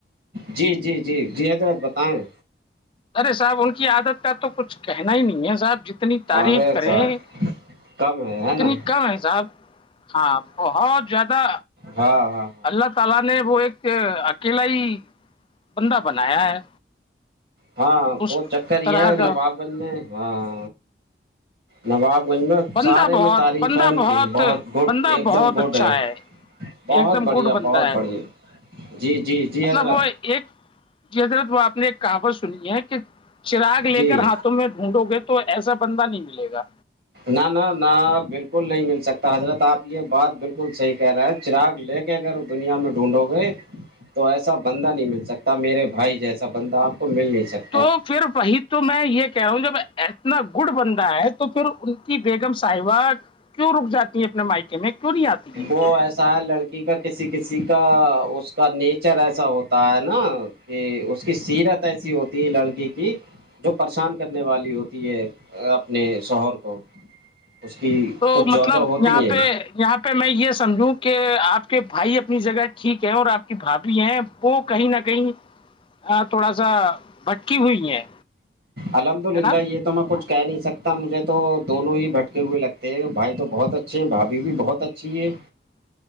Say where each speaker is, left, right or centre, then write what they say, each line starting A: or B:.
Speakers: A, on the right; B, on the left.
A: جی جی جی جی حضرت بتائیں
B: ارے صاحب ان کی عادت کا تو کچھ کہنا ہی نہیں ہے صاحب جتنی تعریف
A: ارے
B: کریں
A: صاحب کم ہے
B: اتنی
A: ہے نا
B: کم ہے صاحب ہاں بہت زیادہ
A: و و
B: اللہ تعالی نے وہ ایک اکیلا ہی بندہ بنایا ہے
A: ہاں
B: اس
A: وہ چکر
B: طرح
A: یہ ہے
B: کا
A: نواب گنج میں ہاں نواب گنج میں
B: بندہ
A: سارے
B: بہت
A: میں تعریف
B: بندہ
A: ہے ان کی بہت گڈ
B: بندہ
A: ایک
B: بہت
A: دم گڈ
B: اچھا
A: ہے
B: ایک
A: بہت
B: دم
A: بڑھیا
B: گڈ بندہ
A: بہت
B: ہے
A: بڑھیا جی جی جی
B: مطلب
A: حضرت
B: وہ ایک جی حضرت وہ آپ نے ایک کہاوت سنی ہے کہ چراغ لے
A: جی
B: کر ہاتھ ڈھونڈو گے تو ایسا بندہ نہیں ملے گا
A: ن نہ نہ بالکل نہیں مل سکتا حضرت آپ یہ بات بالکل صحیح کہہ رہے ہیں چراغ لے کے اگر دنیا میں ڈھونڈو گے تو ایسا بندہ نہیں مل سکتا میرے بھائی جیسا بندہ آپ کو مل نہیں سکتا
B: تو پھر وہی تو میں یہ کہہ رہا ہوں جب اتنا گڈ بندہ ہے تو پھر بیگم صاحبہ کیوں رک جاتی ہیں اپنے مائکے میں کیوں نہیں آتی ہے
A: وہ ایسا ہے لڑکی کا کسی کسی کا اس کا نیچر ایسا ہوتا ہے نا کہ اس کی سیرت ایسی ہوتی ہے لڑکی کی جو پریشان کرنے والی ہوتی ہے اپنے شوہر کو اس کی
B: تو
A: کچھ
B: مطلب
A: جوجہ ہوتی
B: یہاں
A: ہیں
B: پہ یہاں پہ میں یہ سمجھوں کہ آپ کے بھائی اپنی جگہ ٹھیک اور آپ کی بھ بھی ہیں وہ کہیں نہ کہیں تھوڑا سا بکی ہوئی ہے
A: الحمد للہ
B: نا
A: یہ تو میں کچھ کہہ نہیں سکتا مجھے تو دونوں ہی بھٹکے ہوئے لگتے ہیں بھائی تو بہت اچھے ہیں بھابھی بھی بہت اچھی ہے
B: <inaudible>